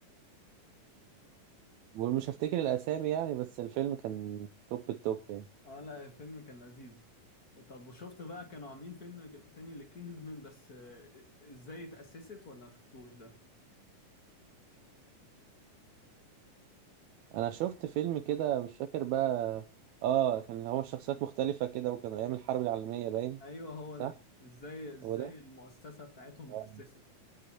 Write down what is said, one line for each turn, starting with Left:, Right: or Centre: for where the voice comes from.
Right: ومش هفتكر الاسامي يعني بس الفيلم كان توب التوب يعني
Left: اه لا الفيلم كان لذيذ وطب وشفت بقى كانوا عاملين فيلم تاني لكينجز مان بس آه، ازاي اتأسست ولا ما شفتوش ده
Right: انا شفت فيلم كده مش فاكر بقى اه كان هو شخصيات مختلفة كده وكان ايام الحرب العالمية باين
Left: ايوه هو
Right: صح
Left: ده ازاي ازاي
Right: هو ده
Left: المؤسسة بتاعتهم
Right: اه
Left: اتأسست